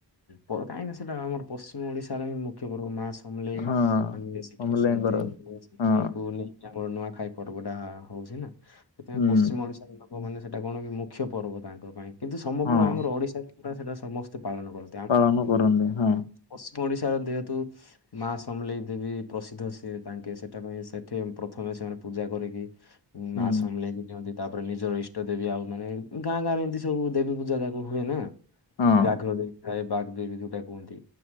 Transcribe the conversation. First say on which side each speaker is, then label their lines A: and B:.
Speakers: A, on the left; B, on the left.
A: ପର କାଇଁ ନା ସେଟା ଆମର ପଶ୍ଚିମ ଓଡିଶାର ହିଁ ମୁଖ୍ୟ ପର୍ବ ମା ଅମଲେ
B: ହଁ।
A: ଆଁ ମିଶିକି
B: ସମଲେଇଙ୍କର
A: ଅଛନ୍ତି ମୋ <unintelligible>
B: ହଁ
A: ୟାମର ନୂଆଖାଇ ପର୍ବଟା ହଉଚି ନା ହେଥିପାଇଁ
B: ହୁଁ
A: ପଶ୍ଚିମ ଓଡି <unintelligible> ଲୋକମାନେ ସେଟା କଣ କି ମୁଖ୍ୟ ପର୍ବ ତାଙ୍କ ପାଇଁ କିନ୍ତୁ ସମଗ୍ର
B: ହଁ
A: ଆମର ଓଡିଶାରେ ପୁରା ସେଟା ସମସ୍ତେ ପାଳନ କରୁ।
B: ପାଳନ କରନ୍ତି ହଁ।
A: ପଶ୍ଚିମ ଓଡିଶାର ଦେହେତୁ ମା ସମଲେଇ ଦେବୀ ପ୍ରସିଦ୍ଧ ସିଏ ତାଙ୍କେ ସେଟା ପାଇଁ ସେଠି ପ୍ରଥମେ ସେମାନେ ପୂଜା କରିକି
B: ହୁଁ
A: ମା ସମଲେଇ କି ଦିଅନ୍ତି। ତାପରେ ନିଜର ଇଷ୍ଟ ଦେବୀ ଆଉ ମାନେ ଗାଁ ଗାଁ ରେ ଏମିତି ସବୁ ଦେବୀ ପୂଜା ଯାକ ହୁଏ ନା
B: ହଁ
A: ଖ ଦେବୀ ଥାଏ ବାଗ୍ ଦେବୀ ଯୋଉଟା କୁହନ୍ତି